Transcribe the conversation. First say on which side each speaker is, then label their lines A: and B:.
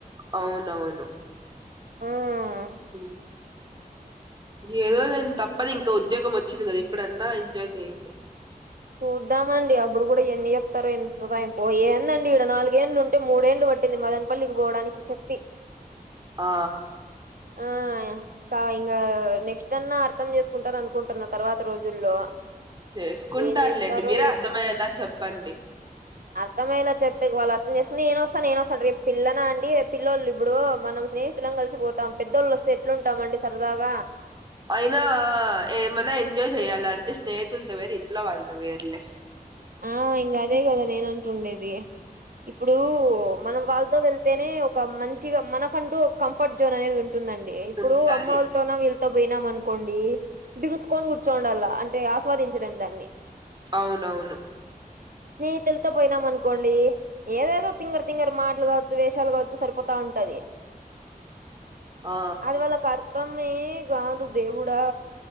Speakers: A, on the right; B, on the right.
A: అవునవును
B: ఆ
A: ఉ ఏదో <unintelligible> తప్పదు ఇంకా ఉద్యోగం వచ్చింది కదా ఇప్పుడన్నా ఎంజాయ్ చేయండి
B: చూద్దామండి అప్పుడు కూడ ఎన్ని చెప్తారో ఎంత సో ఏందండి ఇడ నాలుగేండ్లు ఉంటే మూడేళ్లు పట్టింది మదన్ ప్పల్లికి పోడానికి చెప్పి
A: ఆ
B: ఆ కా ఇంగా నెక్స్ట్ అన్నా అర్థం చేసుకుంటారు అనుకుంటున్నా తర్వాత రోజుల్లో
A: చేసుకుంటారులేండి
B: ఏం చేస్తారో
A: మీరే అర్థమయ్యేలా చెప్పండి
B: అర్థమయ్యలా చెప్పేకి వాళ్ళు అర్థం చేసుకుని నే వస్తను నేను వస్తా అంట రేపు పిల్లన అండి పిల్లోల్లు ఇప్పుడు మనం స్నే ఇద్దరం కలిసిపోతాం పెద్దోళ్ళుస్తే ఎట్లుంటాంమండి సరదాగ
A: అయినా ఏమన్న ఎంజాయ్ చెయ్యాలా అంటే స్నేహితులతో వేరు ఇంట్లో వాళ్ళతో వేర్లే
B: ఆ ఇంగ అదే కదా నేను అంటుండేది ఇప్పుడు మనం వాళ్ళతో వెళ్తేనే ఒక మంచిగా మనకంటూ ఒక కంఫర్ట్ జోన్ అనేది ఉం ఉంటుందండి ఇప్పుడు
A: ఉంటది
B: అమ్మోల్ తోనో వీళ్ళతో పోయినాం అనుకోండి బిగుసుకొని కూర్చోండల్ల అంటే ఆస్వాదించలేం దాన్ని
A: అవునవును
B: స్నేహితులతో పోయినాం అనుకోండి ఏదేదో తింగరి తింగరి మాటలు కావచ్చు వేషాలు కావచ్చు సరిపోతా ఉంటది
A: ఆ
B: అది వాళ్ళకు అర్థమే కాదు దేవుడా